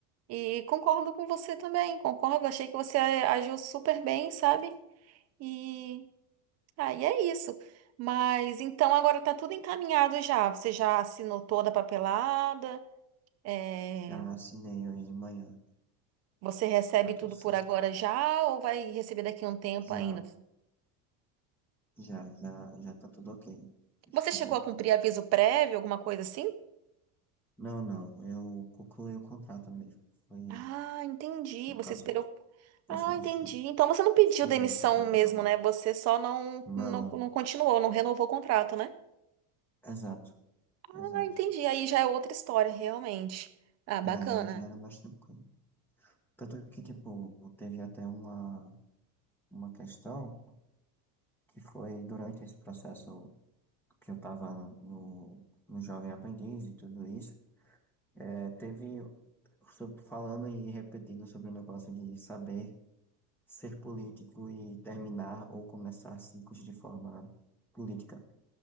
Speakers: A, on the right (about 35°); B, in the centre.
A: E concordo com você também, concordo, achei que você agiu super bem, sabe? E Ah, e é isso. Mas então agora tá tudo encaminhado já. Você já assinou toda a papelada? É,
B: já assinei hoje de manhã,
A: Você recebe
B: tá tudo
A: tudo
B: certo.
A: por agora já ou vai receber daqui a um tempo
B: Já,
A: ainda?
B: já, já, já tá tudo ok. Já
A: Você
B: tá
A: chegou
B: tudo ok.
A: a cumprir aviso prévio, alguma coisa assim?
B: Não, não, eu concluí o contrato mesmo. Foi,
A: Ah, entendi.
B: no
A: Você
B: caso,
A: esperou.
B: consegui
A: Ah, entendi.
B: sim.
A: Então você não pediu
B: Esperei
A: demissão
B: o contrato
A: mesmo,
B: acabar.
A: né? Você só não,
B: Não,
A: não, não continuou, não renovou o contrato, né?
B: exato,
A: Ah,
B: exato.
A: entendi. Aí já é outra história, realmente. Ah, bacana.
B: É, aí já era mais tranquilo. Tanto que, tipo, teve até uma. uma questão que foi durante esse processo que eu estava no, no Jovem Aprendiz e tudo isso, é, teve sobre- falando e repetindo sobre o negócio de saber ser político e terminar ou começar ciclos de forma política.